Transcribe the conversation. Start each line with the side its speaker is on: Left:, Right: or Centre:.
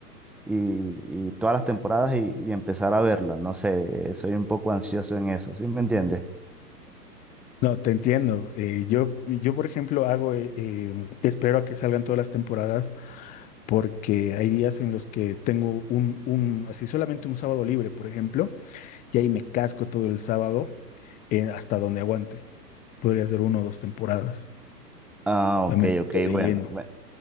Centre: y, y todas las temporadas y, y empezar a verlas. No sé, soy un poco ansioso en eso, ¿sí me entiendes?
Left: No, te entiendo. Eh, yo, yo, por ejemplo, hago, eh, eh, espero a que salgan todas las temporadas porque hay días en los que tengo un, un, así solamente un sábado libre, por ejemplo, y ahí me casco todo el sábado eh, hasta donde aguante. podría ser uno o dos temporadas. O
Centre: Ah, ok,
Left: sea, me meto
Centre: ok,
Left: de
Centre: bueno.
Left: lleno.
Centre: bueno.